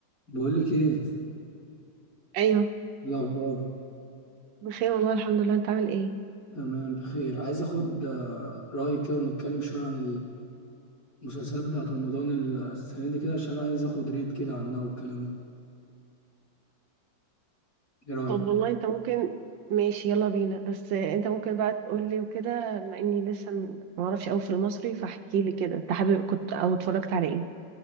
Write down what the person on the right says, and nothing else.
ايوه
بخير والله الحمد لله انت عامل ايه
طب والله انت ممكن ماشي يلا بينا بس انت ممكن بقى تقول لي وكده بما اني لسه م- ما اعرفش قوي في المصري فاحكي لي كده انت حابب كنت او اتفرجت على ايه